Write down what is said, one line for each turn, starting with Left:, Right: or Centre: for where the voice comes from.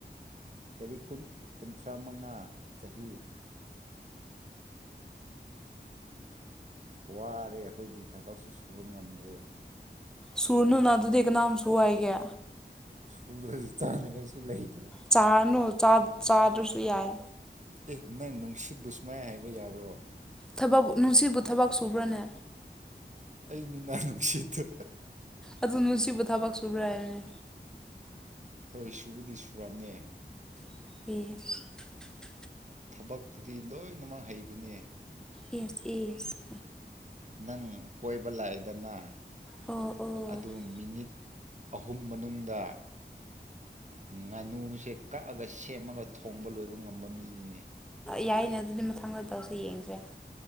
Right: ꯆꯍꯤ ꯀꯨ ꯀꯨꯟꯊ꯭ꯔꯥ ꯃꯉꯥ ꯆꯍꯤ ꯋꯥꯔꯦ ꯑꯩꯈꯣꯏꯗꯤ ꯊꯕꯛꯁꯨ ꯁꯨꯕ ꯉꯝꯗ꯭ꯔꯦ
Centre: ꯁꯨꯔꯅꯨꯅ ꯑꯗꯨꯗꯤ ꯀꯅꯥꯝꯁꯨ ꯍꯥꯏꯏꯒꯦ
Right: ꯁꯨꯗ꯭ꯔꯗꯤ ꯆꯥꯅꯉꯥꯏꯁꯨ ꯂꯩ
Centre: ꯆꯥꯅ ꯆꯥ ꯆꯥ ꯑꯗꯨꯁꯨ ꯌꯥꯏ
Right: ꯑꯦ ꯅꯪ ꯅꯨꯡꯁꯤꯠ ꯕꯨꯁꯃꯥꯏ ꯍꯥꯏꯕ ꯌꯥꯕ꯭ꯔꯣ
Centre: ꯊꯕꯛ ꯅꯨꯡꯁꯤꯕꯨ ꯊꯕꯛ ꯁꯨꯕ꯭ꯔꯥꯅꯦ
Right: ꯑꯩꯅꯤ ꯅꯪ ꯅꯨꯡꯁꯤꯠꯇꯣ
Centre: ꯑꯗꯨ ꯁꯤ ꯄ ꯊꯥꯕꯛ ꯁꯨꯕ꯭ꯔꯥ ꯍꯥꯏꯕꯅꯤ
Right: ꯍꯣꯏ ꯁꯨꯕꯗꯤ ꯁꯨꯔꯝꯃꯦ
Centre: ꯑꯦ
Right: ꯊꯕꯛꯄꯨꯗꯤ ꯂꯣꯏꯅꯃꯛ ꯍꯩꯕꯅꯦ
Centre: ꯌꯦꯁ ꯏꯁ
Right: ꯅꯪ ꯀꯣꯏꯕ ꯂꯥꯛꯑꯏꯗꯅ
Centre: ꯑꯣ ꯑꯣ
Right: ꯑꯗꯨ ꯃꯤꯅꯤꯠ ꯑꯍꯨꯝ ꯃꯅꯨꯡꯗ ꯉꯥꯅꯨ ꯆꯦꯛ ꯀꯛꯑꯒ ꯁꯦꯝꯃꯒ ꯊꯣꯡꯕ ꯂꯣꯏꯕ ꯉꯝꯕ ꯃꯤꯅꯤꯅꯦ
Centre: ꯌꯥꯏꯅꯦ ꯑꯗꯨꯗꯤ ꯃꯊꯪꯗ ꯇꯧꯁꯦ ꯌꯦꯡꯁꯦ